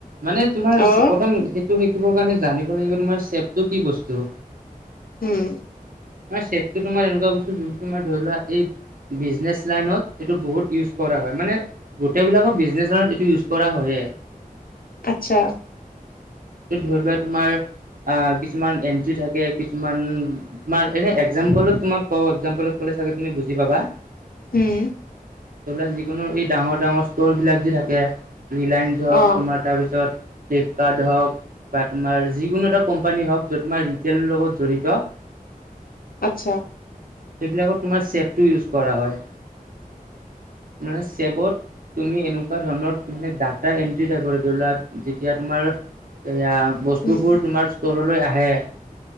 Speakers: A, on the right; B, on the left.
A: মানে তোমাৰ
B: অ
A: প্ৰথম সেইটো শিকিবৰ কাৰণে জানিব জানিব লাগিব তোমাৰ চেপটো কি বস্তু
B: উম
A: চেপতো তোমাৰ এনেকোৱা বস্তু যোনটো তোমাৰ ধৰি লোৱা এই বিচনেচ লাইনত এইটো বহুত ইউছ ফুল কৰা হয় মানে গোটেই বিলাকৰ বিজনেছ এইটো ইউজ কৰা হয়ে ।
B: আচ্ছা ।
A: টো ধৰি লোৱা তোমাৰ । অ কিছুমান এন্ট্ৰি থাকে কিছুমান তোমাৰ এনে একজাম্পলত তোমাক। অ একজাম্পলত কলে চাগে তুমি বুজি পাবা ।
B: উম।
A: ত যিকোনো এই ডাঙৰ ডাঙৰ ষ্ট'ৰ বিলাক যি থাকে ৰিলায়েন্স হওক
B: অ
A: তোমাৰ তাৰপিছত । ফিলিপকাৰ্ড হওক বা তোমাৰ যিকোনো এটা কোম্পানী হওঁক যত তোমাৰ ৰিটেল লগত জড়িত ।
B: আচ্ছা ।
A: সেইবিলাকত তোমাৰ চেভটো ইউজ কৰা হয়
B: <unintelligible>
A: মানে চেভত তুমি এনেকুৱা ধৰণৰ মানে ডাটা এন্ট্ৰি টাইপৰ ধৰি লোৱা যেতিয়া তোমাৰ এয়া বস্তুবোৰ
B: উম
A: তোমাৰ ষ্টৰলৈ আহে ।